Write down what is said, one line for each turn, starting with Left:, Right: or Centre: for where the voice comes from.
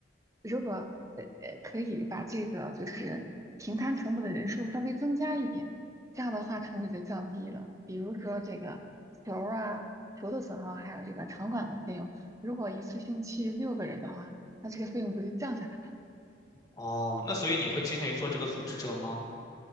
Right: 如果呃呃可以把这个就是平摊成本的人数稍微增加一点，这样的话成本就降低了。比如说这个球儿啊、球的损耗，还有这个场馆的费用，如果一次性去六个人的话，那这个费用不就降下来了
Left: 哦，那所以你会倾向于做这个组织者吗？